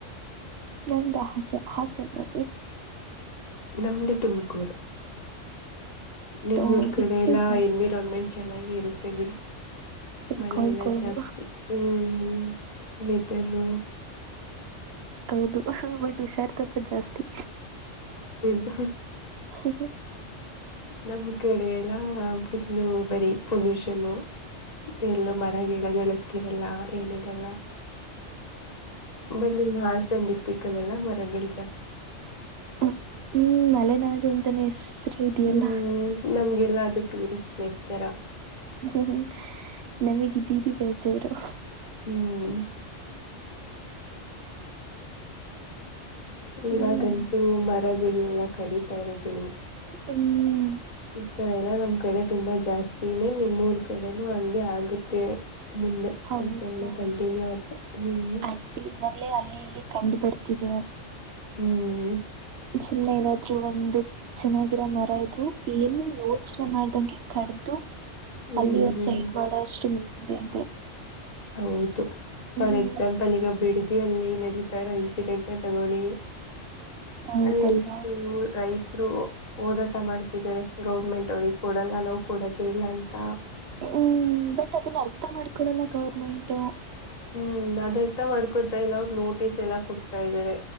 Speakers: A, on the right (about 60°); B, on the left (about 35°).
A: ನಂದ ಹಾಸ ಹಾಸನ
B: ನಮ್ದು ತುಮಕೂರು
A: ಇವತ್ತು
B: ನಿಮ್ಮೂರು ಕಡೆ
A: ಬಿಸಿಲು
B: ಎಲ್ಲ
A: ಜಾಸ್ತಿ
B: ಎನ್ವಿರಾನ್ಮೆಂಟ್ ಚೆನ್ನಾಗಿ ಇರುತ್ತೆ ಬಿಡಿ.
A: ಫುಲ್
B: ಮಳೆ
A: ಕೋಲ್ಡ್
B: ಎಲ್ಲ
A: ಕೋಲ್ಡ್
B: ಜಾಸ್ತಿ ಹ್ಮ್ ಹ್ಮ್ ವೆದರು
A: ಹೌದು ಬಟ್ ಹುಷಾರ್ತಪ್ಪದ ಜಾಸ್ತಿ
B: ಹಾ
A: ಹ್ಮ
B: ನಮ್ ಕಡೆ ಎಲ್ಲಾ ಫುಲ್ಲು ಬರಿ ಪೊಲ್ಯೂಷನ್ನು ಎಲ್ಲೂ ಮರ ಗಿಡಗಳಷ್ಟಿರಲ್ಲ ಏನಿರಲ್ಲ ಬನ್ನಿ ನಿಮ್ಮ ಹಾಸನ ಡಿಸ್ಟ್ರಿಕ್ ಅಲ್ಲೆಲ್ಲ ಮರಗಳ
A: ಹ ಹ್ಮ್ ಮಲೆನಾಡು ಅಂತಾನೆ ಹೆಸರು ಇದೆಯಲ್ಲ
B: ಹ್ಮ್ ನಮ್ಗೆಲ್ಲ ಅದುೂ ಟೂರಿಸ್ಟ್ ಪ್ಲೇಸ್ ತರ
A: ಹ್ಮ್ ಹು ನಮಗಿದ್ದೀರಿ ಬೇಜಾರು
B: ಹ್ಮ್ ಇವಾಗಂತೂ
A: ಹ್ಮ್
B: ಮರಗಳೆಲ್ಲ ಕಡಿತಾ ಇರೋದು.
A: ಹ್ಮ್
B: ಈ ತರ ಎಲ್ಲಾ ನಮ್ ಕಡೆ ತುಂಬಾ ಜಾಸ್ತಿನೇ ನಿಮ್ಮ್ೂರ್ ಕಡೆನು ಹಂಗೆ ಆಗುತ್ತೆ ಮುಂದೆ
A: ಹೌದು
B: ಈ ತರನ ಕಂಟಿನ್ಯೂ ಆದ್ರೆ ಹ್ಮ್
A: ಆಕ್ಚುಲಿ ಇವಾಗ್ಲೇ ಅಲ್ಲಿ ಇಲ್ಲಿ ಕಂಡು ಬರ್ತಿದೆ
B: ಹ್ಮ್
A: ಸುಮ್ನೆ ಏನಾದ್ರು ಒಂದು ಚೆನ್ನಾಗಿರೋ ಮರ ಇದ್ರು ಏನು ಯೋಚನೆ ಮಾಡ್ದಂಗೆ ಕಡ್ದು
B: ಹ್ಮ್
A: ಅಲ್ಲಿ ಒಂದ್
B: ಹ್ಮ್
A: ಸೈಡ್ ಮಾಡೋಷ್ಟು ಮುನ್ನದೆ ಇದೆ
B: ಹೌದು ಫಾರ್
A: ಹ್ಮ್
B: ಎಕ್ಸಾಂಪಲ್ ಈಗ ಬಿಡದಿ ಲ್ಲಿ ನಡೀತಾ ಇರೋ ಇನ್ಸಿಡೆಂಟ್ ತಗೊಳ್ಳಿ
A: ಹೌದಲ್ವಾ
B: ಅಲ್ಲಿ ಎಷ್ಟು ರೈತ ರು ಹೋರಾಟ ಮಾಡ್ತಿದ್ದಾರೆ ಗೌರ್ಮೆಂಟ್ ಅವ್ರಿಗೆ ಕೊಡಲ್ಲ ನಾವು ಕೊಡೋದುೇ ಇಲ್ಲ ಅಂತ
A: ಹ್ಮ್ ಬಟ್ ಅದನ್ನ ಅರ್ಥ ಮಾಡ್ಕೊಡಲ್ಲ ಗೌರ್ಮೆಂಟ್
B: ಹ್ಮ್ ಅದರ್ತ ಮಾಡ್ಕೊತ ಇಲ್ಲ ಅವ ನೋಟಿಸ್ ಎಲ್ಲಾ ಕೊಡ್ತಾ ಇದಾರೆ